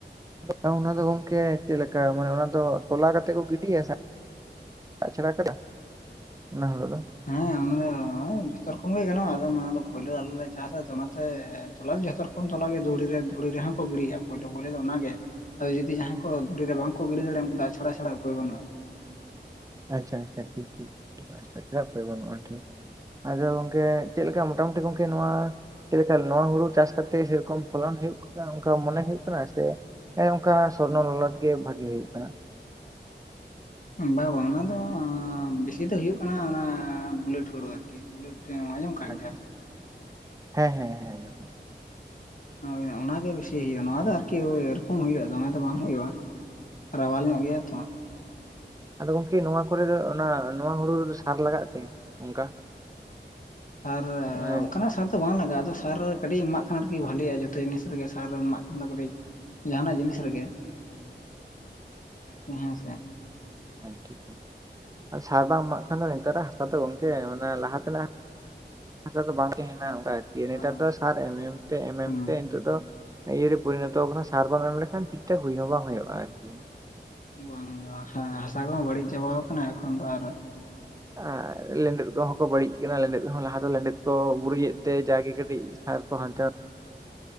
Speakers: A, on the right (about 20°); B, on the left (about 45°).
A: ᱟᱫᱚ ᱚᱱᱟ ᱫᱚ ᱜᱚᱝᱠᱮ ᱪᱮᱫ ᱞᱮᱠᱟ ᱢᱟᱱᱮ ᱚᱱᱟ ᱫᱚ ᱛᱚᱞᱟ ᱠᱟᱛᱮ ᱠᱚ ᱜᱤᱰᱤᱭᱟ ᱥᱮ᱾ ᱟᱪᱪᱷᱟᱲᱟ ᱠᱟᱫᱟ ᱚᱱᱟ ᱦᱩᱲᱩ ᱫᱚ᱾
B: <unintelligible> ᱡᱚᱛᱚ ᱨᱚᱠᱚᱢ ᱜᱮ ᱜᱟᱱᱚᱜᱼᱟ ᱟᱫᱚ ᱱᱚᱣᱟ ᱫᱚ ᱯᱳᱭᱞᱟᱹ ᱟᱞᱮ ᱞᱮ ᱪᱟᱥᱟ ᱛᱚ ᱚᱱᱟᱛᱮ ᱛᱚᱞᱟ ᱡᱚᱛᱚ ᱨᱚᱠᱚᱢ᱾ ᱠᱚᱢ ᱛᱚᱞᱟ ᱜᱮ ᱫᱷᱩᱲᱤ ᱫᱷᱩᱲᱤ ᱨᱮᱦᱟᱸ ᱠᱚ ᱜᱤᱲᱤᱭᱟ ᱯᱳᱭᱞᱳ ᱯᱚᱨᱮ ᱫᱚ ᱚᱱᱟᱜᱮ᱾ ᱦᱳᱭ ᱡᱩᱫᱤ ᱡᱟᱦᱟᱸ ᱠᱚ ᱫᱷᱩᱲᱤ ᱨᱮ ᱵᱟᱝᱠᱚ ᱜᱤᱰᱤ ᱫᱟᱲᱮᱭᱟᱜᱼᱟ ᱩᱱᱠᱩ ᱫᱚ ᱟᱪᱷᱟᱲᱟ ᱪᱷᱟᱲᱟ ᱩᱯᱟᱹᱭ ᱵᱟᱹᱱᱩᱜᱼᱟ᱾
A: ᱟᱪᱪᱷᱟ ᱟᱪᱪᱷᱟ ᱴᱷᱤᱠ ᱴᱷᱤᱠ <unintelligible> ᱵᱟᱹᱱᱩᱜᱼᱟ ᱴᱷᱤᱠ ᱟᱡᱷᱟ ᱜᱚᱝᱠᱮ ᱪᱮ ᱞᱮᱠᱟ ᱢᱚᱴᱟ ᱢᱩᱴᱤ ᱜᱚᱝᱠᱮ ᱱᱚᱣᱟ᱾ ᱪᱮᱫ ᱞᱮᱠᱟ ᱱᱚᱣᱟ ᱦᱩᱲᱩ ᱪᱟᱥ ᱠᱟᱛᱮ ᱥᱮ ᱨᱚᱠᱚᱢ ᱯᱚᱞᱟᱱ ᱦᱩᱭᱩᱜ ᱠᱟᱱᱟ ᱚᱱᱠᱟ ᱢᱚᱱᱮ ᱦᱩᱭᱩᱜ ᱠᱟᱱᱟ ᱥᱮ᱾ ᱦᱮᱸ ᱚᱱᱠᱟ ᱥᱚᱨᱱᱚ ᱞᱚᱞᱚᱴ ᱜᱮ ᱵᱷᱟᱜᱤ ᱦᱩᱭᱩᱜ ᱠᱟᱱᱟ᱾
B: ᱵᱟᱝ ᱵᱟᱝ ᱚᱱᱟ ᱫᱚ ᱵᱮᱥᱤ ᱫᱚ ᱦᱩᱭᱩᱜ ᱠᱟᱱᱟ ᱚᱱᱟ ᱵᱩᱞᱮᱴ ᱦᱩᱲᱩ ᱟᱨᱠᱤ᱾ ᱵᱩᱞᱮᱴ ᱮᱢ ᱟᱸᱡᱚᱢ᱾ ᱠᱟᱜ
A: ᱟᱪᱪᱷᱟ
B: ᱜᱮᱭᱟ ᱛᱚ
A: ᱦᱮᱸ ᱦᱮᱸ ᱦᱮᱸ᱾
B: ᱦᱳᱭ ᱚᱱᱟᱜᱮ ᱵᱤᱥᱤ ᱦᱩᱭᱩᱜᱼᱟ ᱱᱚᱣᱟ ᱫᱚ ᱟᱨᱠᱤ ᱳᱣᱳᱭ ᱨᱚᱠᱚᱢ ᱦᱩᱭᱩᱜᱼᱟ ᱫᱚᱢᱮ ᱫᱚ ᱵᱟᱝ ᱦᱩᱭᱩᱜᱼᱟ᱾ ᱨᱟᱣᱟᱞ ᱧᱚᱜ ᱜᱮᱭᱟ ᱛᱷᱚᱸ᱾
A: ᱟᱫᱚ ᱜᱚᱝᱠᱮ ᱱᱚᱣᱟ ᱠᱚᱨᱮ ᱫᱚ ᱚᱱᱟ ᱱᱚᱣᱟ ᱦᱩᱲᱩ ᱨᱮᱫᱚ ᱥᱟᱦᱟᱨ ᱞᱟᱜᱟᱜ ᱛᱮ᱾ ᱚᱱᱠᱟ
B: ᱟᱨ
A: ᱢᱟᱱᱮ
B: ᱚᱱᱠᱟᱱᱟᱜ ᱥᱟᱨ᱾ ᱵᱟᱝ ᱞᱟᱜᱟᱜᱼᱟ ᱟᱫᱚ ᱥᱟᱨ ᱨᱮ ᱠᱟᱹᱴᱤᱡ ᱮᱢᱟᱜ ᱠᱷᱟᱱ ᱟᱨᱠᱤ ᱵᱷᱷᱟᱞᱜᱼᱟ ᱡᱚᱛᱚ ᱡᱤᱱᱤᱥ ᱨᱮᱜᱮ ᱥᱟᱨᱮ ᱮᱢᱟᱜ ᱠᱷᱟᱱ ᱫᱚ ᱠᱟᱹᱴᱤᱡ᱾ ᱡᱟᱦᱟᱱᱟᱜ ᱡᱤᱱᱤᱥ ᱨᱮᱜᱮ᱾
A: <unintelligible>
B: ᱟᱨᱠᱤ ᱦᱮᱸ ᱥᱮ᱾
A: ᱦᱮᱸ ᱴᱷᱤᱠ ᱟᱨ ᱥᱟᱨ ᱵᱟᱢ ᱮᱢᱟᱜ ᱠᱷᱟᱱ ᱫᱚ ᱱᱮᱛᱟᱨᱟᱜ ᱦᱟᱥᱟ ᱫᱚ ᱜᱚᱝᱠᱮ ᱢᱟᱱᱮ ᱞᱟᱦᱟ ᱛᱮᱱᱟᱜ᱾ ᱦᱤᱥᱟ ᱫᱚ ᱵᱟᱝ ᱛᱟᱦᱮᱱᱟ ᱟᱨᱠᱤ ᱱᱮᱛᱟᱨ
B: ᱵᱟᱝ
A: ᱫᱚ ᱥᱟᱨ ᱮᱢ ᱮᱢ ᱛᱮ ᱮᱢ
B: ᱦᱩᱸ
A: ᱛᱮ ᱱᱤᱛᱚᱜ ᱫᱚ᱾ ᱤᱭᱟᱹᱨ ᱨᱮ ᱯᱚᱨᱤᱱᱚᱛᱚ ᱟᱠᱟᱱᱟ ᱥᱟᱨ ᱵᱟᱢ ᱮᱢ ᱞᱮᱠᱷᱟᱱ ᱴᱷᱤᱠ ᱴᱷᱟᱠ ᱦᱩᱭ ᱦᱚᱸ ᱵᱟᱝ ᱦᱩᱭᱩᱜᱼᱟ ᱟᱨᱠᱤ᱾
B: ᱵᱟᱝ ᱦᱩᱭᱩᱜᱼᱟ ᱦᱮᱸ ᱦᱟᱥᱟ ᱠᱚᱦᱚᱸ ᱵᱟᱹᱲᱤᱡ ᱪᱟᱵᱟ ᱟᱠᱟᱱᱟ ᱮᱠᱷᱚᱱ ᱫᱚ ᱟᱨ᱾
A: ᱟᱨ ᱞᱮᱸᱰᱮᱫ ᱠᱚᱦᱚᱸ ᱠᱚ ᱵᱟᱹᱲᱤᱡ ᱠᱟᱱᱟ ᱞᱮᱸᱰᱮᱫ ᱠᱚᱦᱚᱸ ᱞᱟᱦᱟ ᱫᱚ ᱞᱮᱸᱰᱮᱫ ᱠᱚ ᱵᱩᱨᱤᱡᱮᱫ
B: ᱦᱩᱸ
A: ᱛᱮ ᱡᱟᱜᱮ ᱠᱟᱹᱴᱤᱡ᱾ ᱟᱨ ᱠᱚ ᱦᱟᱱᱛᱮ ᱱᱟᱛᱮ᱾